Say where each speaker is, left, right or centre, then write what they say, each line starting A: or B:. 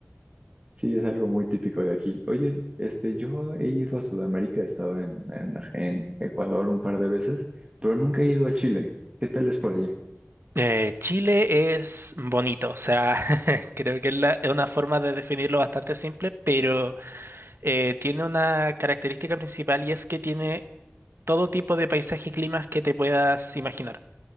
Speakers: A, on the right; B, on the right.
A: Sí, es algo muy típico de aquí. Oye, este, yo he ido a Sudamérica, he estado en, en- en Ecuador un par de veces, pero nunca he ido a Chile. ¿Qué tal es por allá?
B: Eh, Chile es bonito, o sea, <laughs> creo que es, la- es una forma de definirlo bastante simple, pero eh, tiene una característica principal y es que tiene todo tipo de paisaje y climas que te puedas imaginar.